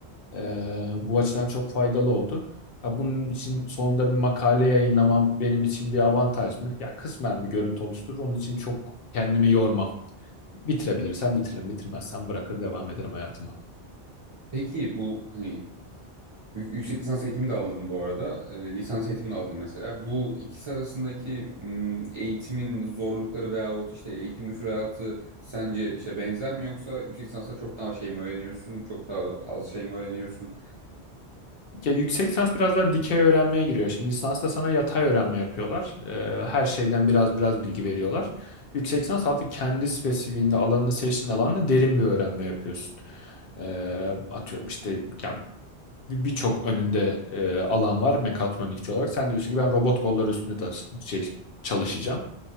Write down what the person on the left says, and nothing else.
Ee, bu açıdan çok faydalı oldu. Ya bunun için sonunda bir makale yayınlamam benim için bir avantaj mı? Ya kısmen bir görüntü oluşturur. Onun için çok kendimi yormam. Bitirebilirsem bitiririm, bitirmezsem bırakır devam ederim hayatıma.
Hı hı.
Ya yüksek lisans biraz daha dikey öğrenmeye giriyor. Şimdi lisansta sana yatay öğrenme yapıyorlar. Ee, her şeyden biraz biraz bilgi veriyorlar. Yüksek lisans artık kendi spesifiğinde alanını seçtiğin alanla derin bir öğrenme yapıyorsun. Ee, atıyorum işte ya bir- birçok önünde e, alan var mekatronikçi olarak. Sen diyorsun ki ben robot kolları üstünde tas- şey, çalışacağım.